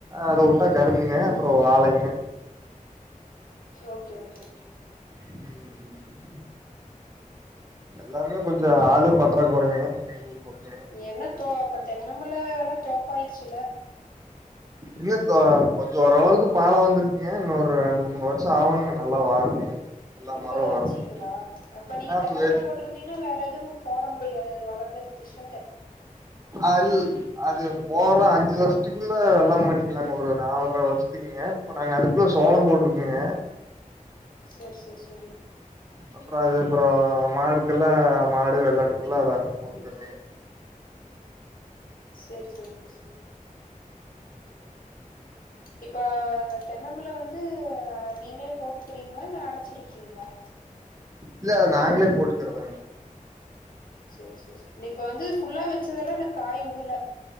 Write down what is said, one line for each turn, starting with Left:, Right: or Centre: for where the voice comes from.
Right: அத விட்டா கரும்புங்க அப்புறோ வாழைங்க
Left: ஓகே ஓகே ஓகே
Right: ம் ம் எல்லாமே கொஞ்ச ஆளு பற்றாக்குறைங்க எங்க ஊர் பக்கங்க
Left: என்னப்ப அப்ப தென்னபுல எல்லா தோப்பாயிருச்சுல
Right: இன்ன க கொஞ்ச ஓரளவுக்கு பால வந்திருக்குங்க இன்னொரு ரெண்டு மூணு வருஷ ஆவணுங்க நல்லா வாரக்குங்க எல்லா
Left: இப்பதா
Right: மரோ
Left: வெச்சீங்களா
Right: வரக்கு
Left: அப்ப நீங்க
Right: ஆ இப்ப
Left: தென்னபுல போட் டுருந்தீங்கன்னா வேற எதுவு போட முடியாது அது வளந்துருன்துச்சா
Right: அல் அது போட்ற அஞ்சு வருஷத்துக்குள்ள எல்லா பண்ணிக்கலாங்க ஒரு நால்ர வருஷத்துக் குங்க இப்ப நாங்க அதுக்குள்ள சோளம் போட்ருக்கங்க
Left: சரி சரி சரி
Right: அப்புறோ அது அப்புறோ மாடுக்கெல்லா மாடு வெள்ளாட்டுக்கெல்லா அதா இருக்கு போட்டுக்கறங்க
Left: செரி செரி செரி செரி இப்ப தென்னம்புல வந்து நீங்களே போட்டுக்கிறீங்களா இல்ல அடச்சிருக்கீங்களா
Right: இல்ல நாங்களே போட்டுக்கறதான
Left: செரி செரி செரி நீ இப்ப வந்து ஃபுல்லா வெச்சதெல்லா அந்த காய் விடல